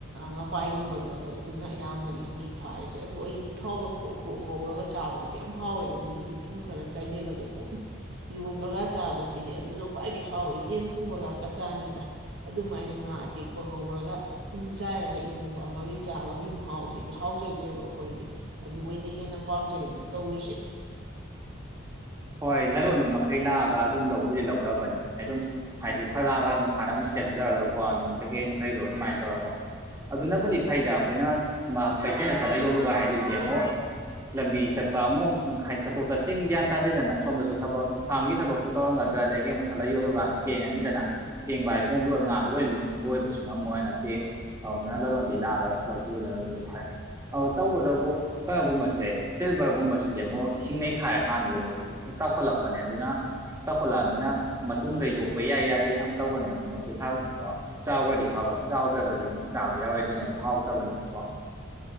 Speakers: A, on the right; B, on the right.
A: ꯉꯥꯄꯥꯏꯒꯨꯝꯕꯗꯣ ꯑꯗꯨ ꯑꯗꯨꯅ ꯑꯌꯥꯝꯕꯅꯤ ꯍꯧꯖꯤꯛ ꯐꯥꯔꯤꯁꯦ ꯑꯗꯨ ꯑꯩꯗꯤ ꯊꯥꯎꯗꯣ ꯄ꯭ꯔꯣꯛ ꯄ꯭ꯔꯣꯛ ꯉꯧꯔꯒ ꯆꯥꯕꯗꯨꯁꯨ ꯌꯥꯝ ꯍꯥꯎꯋꯦ ꯑꯗꯨꯒꯤꯁꯤ ꯊꯨꯝ ꯈꯔ ꯆꯥꯏꯁꯤꯜꯂꯒ ꯀꯣꯛ ꯏꯔꯣꯝꯕꯒ ꯆꯥꯕꯁꯤꯗꯤ ꯑꯗꯨꯅ ꯈ꯭ꯋꯥꯏꯗꯩ ꯍꯥꯎꯋꯤ ꯌꯦꯟ ꯊꯣꯡꯕꯒ ꯀꯆꯥꯅꯤꯗ ꯑꯗꯨꯝꯥꯏꯅ ꯉꯥ ꯑꯇꯦꯛꯄ ꯉꯧꯔꯒ ꯊꯨꯝ ꯆꯥꯏꯔꯒ ꯏꯔꯣꯝꯕ ꯑꯃꯒꯤ ꯆꯥꯕꯒꯤ ꯃꯍꯥꯎꯁꯤꯗꯤ ꯍꯥꯎꯖꯈ꯭ꯔꯦꯕ ꯑꯩꯈꯣꯏꯗꯤ ꯑꯗꯨ ꯑꯣꯏꯅ ꯍꯦꯟꯅ ꯄꯥꯝꯖꯩꯑꯦꯕ ꯇꯧꯔꯤꯁꯤ
B: ꯍꯣꯏ ꯂꯂꯣꯟꯕ ꯃꯈꯩ ꯂꯥꯛꯑꯒ ꯑꯗꯨꯝ ꯂꯧꯕꯨꯗꯤ ꯂꯧꯔꯕꯅꯦ ꯃꯣꯏ ꯑꯗꯨꯝ ꯍꯥꯏꯗꯤ ꯐꯂꯒ ꯃꯁꯥꯅ ꯑꯗꯨꯝ ꯁꯦꯝꯖꯔꯒꯀꯣ ꯅꯨꯡ ꯀꯩꯀꯩ ꯃꯈꯩꯗꯣ ꯑꯗꯨꯃꯥꯏꯅ ꯇꯧꯔꯒ ꯑꯗꯨꯅꯕꯨꯗꯤ ꯐꯩꯗ ꯑꯩꯈꯣꯏꯅ ꯀꯩꯊꯦꯜꯗ ꯆꯠꯂ ꯌꯣꯜꯂꯨꯕ ꯍꯥꯏꯗꯨꯗꯤ ꯑꯃꯨꯛ ꯂꯝꯕꯤ ꯆꯠꯄ ꯑꯃꯨꯛ ꯍꯥꯏꯗꯤ ꯆꯠꯊꯣꯛ ꯆꯠꯁꯤꯟ ꯒ꯭ꯌꯥꯟ ꯇꯥꯗꯦ ꯗꯦꯗꯅ ꯁꯣꯝꯗꯁꯨ ꯊꯕꯛ ꯐꯥꯝꯒꯤ ꯊꯕꯛꯄꯨ ꯇꯧꯝꯒꯗ꯭ꯔꯥ ꯑꯗꯒꯤ ꯆꯠꯂꯒ ꯌꯣꯂꯨꯀꯥꯟꯗ ꯊꯦꯡꯉꯅꯤꯗꯅ ꯊꯦꯡꯕ ꯍꯥꯏꯁꯤꯅ ꯉꯥꯗꯨ ꯂꯣꯏ ꯂꯣꯏꯕꯁꯨ ꯉꯝꯃꯣꯏ ꯉꯁꯤ ꯑꯗꯨꯅ ꯂꯂꯣꯟꯕꯤ ꯂꯥꯛꯑꯒ ꯂꯧꯒꯤꯕꯗꯨꯕꯨꯗꯤ ꯐꯩ ꯑꯗꯨ ꯇꯧꯕꯇꯕꯨ ꯀꯩꯅꯣꯒꯨꯝꯕꯁꯦ ꯁꯤꯜꯚꯔꯒꯨꯝꯕꯁꯤꯗꯤ ꯑꯃꯨꯛ ꯏꯁꯤꯡ ꯅꯩꯈꯥꯏꯔ ꯀꯥꯟꯗꯗꯤ ꯃꯣꯏ ꯍꯦꯛ ꯇꯥꯎꯈꯠꯂꯛꯄꯅꯦ ꯑꯗꯨꯅ ꯇꯥꯎꯈꯠꯂꯛꯑꯕꯅꯤꯅ ꯃꯇꯨꯡꯗ ꯌꯣꯛꯄ ꯌꯥꯏ ꯌꯥꯗꯦ ꯌꯥꯝ ꯇꯧꯒꯟꯕꯅꯦ ꯃꯣꯏꯁꯦꯔꯀꯣ ꯆꯥꯎꯒ꯭ꯔꯒꯗꯤ ꯐꯕ ꯆꯥꯎꯗ꯭ꯔꯒꯗꯤ ꯑꯃꯨꯛ ꯆꯥꯕ ꯌꯥꯎꯔꯗꯣꯏꯅꯦꯕ ꯍꯥꯎꯇꯕꯅꯦꯕꯀꯣ